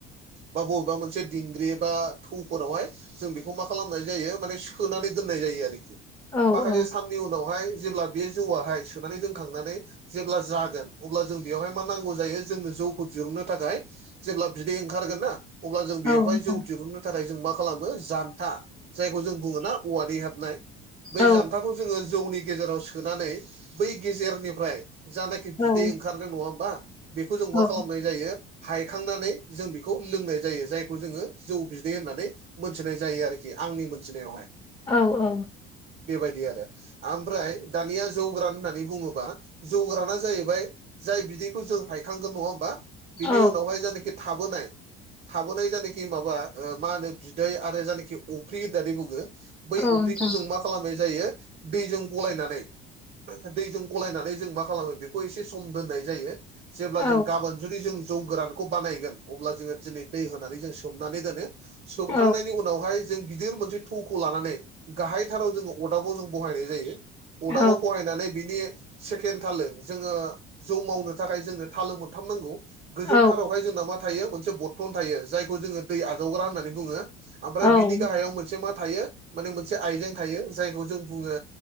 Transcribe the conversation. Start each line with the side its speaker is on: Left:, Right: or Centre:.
Right: बा बबेबा मोनसे दिंग्रि बा थौफोरावहाय जों बेखौ मा खालामनाय जायो माने सोनानै दोननाय जायो आरोखि
Left: औ
Right: माखासे
Left: औ
Right: साननि उनावहाय जेब्ला बे जौवाहाय सोनानै दोनखांनानै जेब्ला जागोन अब्ला जों बेवहाय मा नांगौ जायो जोंनो जौखौ दिहुननो थाखाय जेब्ला बिदै ओंखारगोन ना अब्ला जों बेयावहाय
Left: औ नोंथां
Right: जौ दिरहुननो नि थाखाय जों मा खालामो जान्था जायखौ जों बुङोना औवानि हेबनाय बै
Left: औ
Right: जान्थाखौ जोङो जौनि गेजेराव सोनानै बै गेजेरनिफ्राय जानाखि
Left: औ
Right: बिदै ओंखा खारनो नङा होमबा बेखौ जों मा खालामनाय
Left: औ
Right: जायो हायखांनानै जों बेखौ लोंनाय जायो जायखौ जोङो जौ बिदै होननानै मोनथिनाय जायो आरोखि आंनि मोनथिनायावहाय
Left: औ औ
Right: बेबायदि आरो आमफ्राय दानिया जौग्रान होननानै बुङोबा जौग्राना जाहैबाय जाय बिदैखौ जों हायखांगोन नङा होमबा बिनि
Left: औ
Right: उनावहाय जायनाखि थाबोनाय थाबोनाय जानोखि माबा ओ मा होनो बिदै आरो जानोखि अफ्रि होननानै बुङो
Left: औ
Right: बै
Left: नोंथां
Right: अफ्रिखौ जों मा खालामनाय जायो दैजों गलायनानै दैजों गलायनानै जों मा खालामो बेखौ एसे सम दोननाय जायो जेब्ला
Left: औ
Right: जों गाबोन जुदि जों जौ गोरान खौ बानायोन अब्ला जोङो दिनै दै होनानै जों सोमनानै दोनो सोमखांनायनि
Left: औ
Right: उनावहाय जों गिदिर मोनसे थौखौ लानानै गाहायथाराव जोङो अदाबाव जों बहायनाय जायो अदाबाव
Left: औ
Right: बहायनानै बिनि सेकेणड थालो जोङो जौ मावनो थाखाय जोंनो थालो मोनथाम नांगौ गोजौथारावहाय
Left: औ
Right: जोंना मा थायो मोनसे बर्थन थायो जायखौ जोङो दै आजावग्रा होननानै बुङो। ओमफ्राय
Left: औ
Right: बिनि गाहायाव मोनसे मा थायो मोनसे आइजें थायो जायखौ जों बुङो